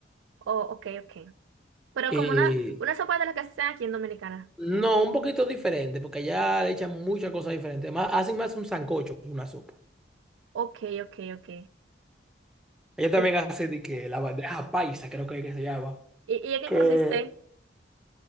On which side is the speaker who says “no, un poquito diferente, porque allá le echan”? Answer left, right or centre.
Centre